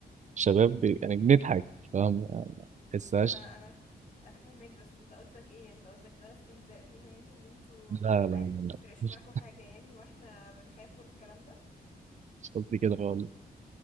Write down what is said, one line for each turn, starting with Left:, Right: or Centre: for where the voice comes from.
Right: كشباب ب- يعني بنضحك فاهم ما بحسهاش
Left: انا انا انا فاهمك بس انت قصدك ايه يعني انت قصدك ده استهزاء بينا يعني ان انتوا
Right: لا لا لا
Left: عادي ما بيفرقش
Right: لا مش
Left: معاكوا حاجة يعني واحنا بنخاف والكلام ده
Right: مش قصدي كده خالص